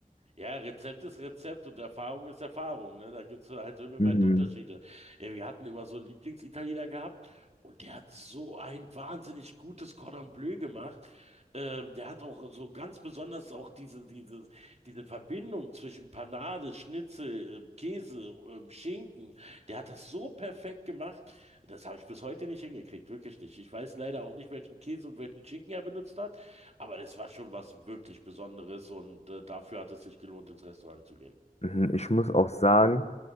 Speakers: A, on the right; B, on the left.
A: Ja, Rezept ist Rezept und Erfahrung ist Erfahrung, ne? Da gibt's halt himmelweit
B: Mhm.
A: Unterschiede. Ja, wir hatten immer so einen Lieblingsitaliener gehabt und der hat so ein wahnsinnig gutes Cordon Bleu gemacht. Ähm, der hat auch so ganz besonders auch diese, diese, diese Verbindung zwischen Panade, Schnitzel, ähm, Käse, ähm, Schinken. Der hat das so perfekt gemacht. Das habe ich bis heute nicht hingekriegt, wirklich nicht. Ich weiß leider auch nicht, welchen Käse und welchen Schinken er benutzt hat. Aber das war schon was wirklich Besonderes und äh, dafür hat es sich gelohnt, ins Restaurant zu gehen.
B: Mhm. Ich muss auch sagen,